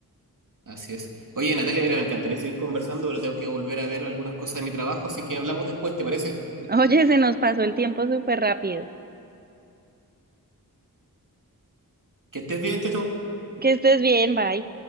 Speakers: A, on the right; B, on the right.
A: así es. Oye, Natalia, mira, me encantaría seguir conversando, pero tengo que volver a ver algunas cosas de mi trabajo, así que hablamos después, ¿te parece?
B: <laughs> Oye, se nos pasó el tiempo súper rápido.
A: Que estés bien, Teto.
B: Que estés bien, bye.